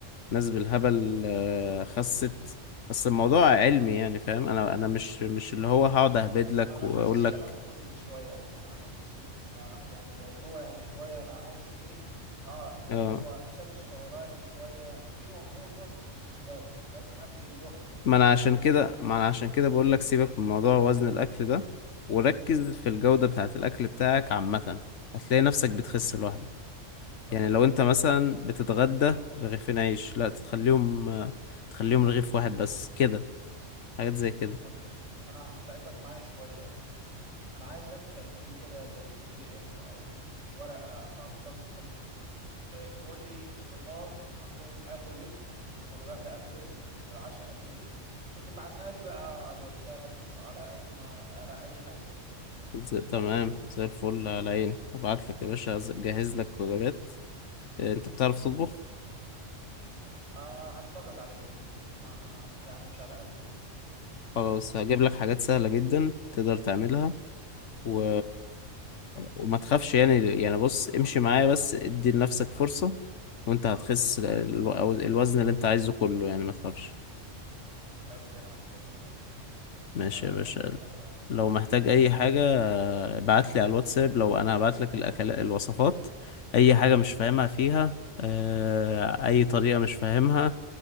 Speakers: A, on the left (about 70°); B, on the right (about 65°).
A: ناس بالهبل آه، خست بس الموضوع علمي يعني فاهم انا انا مش مش اللي هو هقعد اهبد لك
B: انا
A: واقول
B: حاسس كلام
A: لك
B: كتب شوية يعني انا حاسس إن ما يعني موضوع يعني شوية انا عايز ايه اه
A: اه
B: اللي هو حساب السعرات شوية في موضوع جهد بالنسبة لي لازم ابذل جهد
A: ما انا عشان كده ما انا عشان كده بقول لك سيبك من موضوع وزن الاكل ده وركز في الجودة بتاعة الاكل بتاعك عامة هتلاقي نفسك بتخس لوحدك
B: طب
A: يعني
B: بقول
A: لو
B: لك
A: انت
B: يا كوتش
A: مثلا بتتغدى رغيفين عيش لا تخليهم آه، تخليهم رغيف واحد بس كده حاجات زي كده
B: طب ت- انا هتعبك معايا شوية يعني انا عايزك تعمل لي كده زي بي دي اف او ورقة او نوت بوك آه، تقول لي الفطار المفروض اكل ايه والغدا اكل ايه والعشاء اكل ايه وتبعتها لي بقى على الواتساب على اي ما على اي حاجة
A: زي- تمام زي الفل على عيني هبعت لك يا باشا جهز لك وجبات إيه، انت بتعرف تطبخ
B: أه هتفرج على يوتيوب ما يعني مش على قدي
A: خلاص هجيب لك حاجات سهلة جدا تقدر تعملها و... وما تخافش يعني يعني بص امشي معايا بس ادي لنفسك فرصة وانت هتخس الو... أو الوزن اللي انت عايزه كله يعني ما تخافش
B: طب تمام شكرا
A: ماشي
B: انا
A: يا باشا
B: يلا سلام بقى
A: لو محتاج اي حاجة ابعت لي على الواتساب لو انا هبعت لك الاكل الوصفات اي حاجة مش فاهمها فيها آه، اي طريقة مش فاهمها